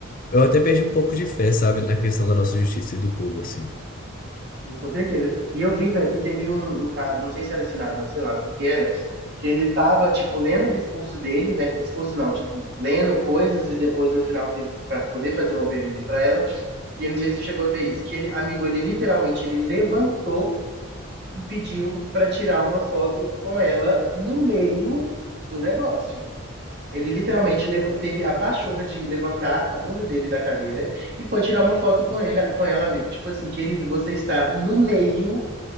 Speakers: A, on the left (about 40°); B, on the right (about 50°).
A: Eu até perdi um pouco de fé, sabe, na questão da nossa justiça e do povo, assim.
B: Com certeza. E eu vi, velho, que teve um, um cara, não sei se era senador, sei lá o que que era, que ele tava, tipo, lendo o discurso dele, né? Discurso não, tipo, lendo coisas e depois no final fez pra poder fazer uma pergunta pra ela. E eu não sei se você chegou a ver isso, que ele, amigo, ele literalmente, ele levantou e pediu pra tirar uma foto com ela no meio do negócio. Ele literalmente leva- teve a pachorra de levantar a bunda dele da cadeira e foi tirar uma foto com ele, com ela, amigo. Tipo assim, querido, você está no meio